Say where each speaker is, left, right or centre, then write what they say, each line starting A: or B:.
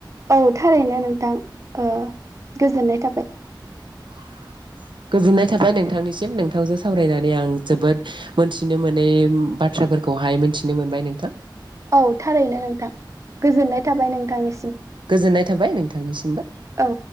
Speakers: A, on the right (about 40°); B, on the right (about 80°).
A: औ थारैनो नोंथां। ओ गोजोननाय थाबाय।
B: <unintelligible> गोजोननाय थाबाय नोंथांनिसिम। नोंथांजों सावरायनानै आं जोबोद मोनथिनो मोनै बा थ्राफोरखौहाय मिनथिनो मोनबाय नोंथां।
A: औ थारैनो नोंथां गोजोननाय थाबाय नोंथांनि
B: गोजोननाय थाबाय नोंथांनिसिमबो।
A: औ।